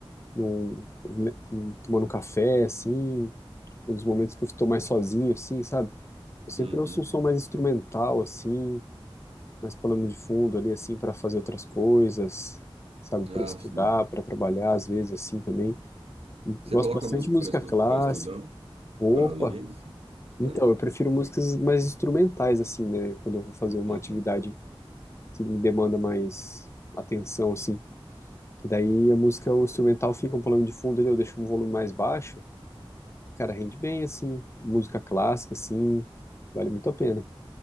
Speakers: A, on the left; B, on the right.
A: num- le- tomando um café, assim um dos momentos que eu estou mais sozinho, assim, sabe? Eu sempre
B: Uhum.
A: ouço um som mais instrumental, assim, mais plano de fundo ali, assim, para fazer outras coisas, sabe? Para
B: Ah,
A: estudar,
B: sim.
A: para trabalhar, às vezes, assim, também.
B: Você
A: Gosto
B: coloca
A: bastante
B: música
A: de música
B: para estu
A: clássica.
B: para estudar,
A: Opa!
B: para ler, sim.
A: Então,
B: É.
A: eu prefiro músicas mais instrumentais, assim, né? Quando eu vou fazer uma
B: Aham.
A: atividade que me demanda mais atenção, assim. Que daí a música, o instrumental fica um plano de fundo ali, eu deixo um volume mais baixo. Cara, rende bem, assim. Música clássica, assim, vale muito a pena.